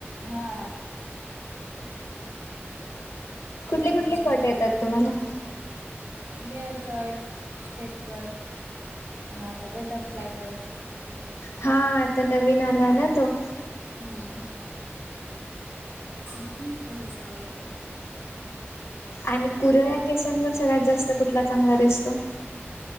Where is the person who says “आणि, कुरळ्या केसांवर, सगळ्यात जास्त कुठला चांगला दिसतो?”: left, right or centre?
Left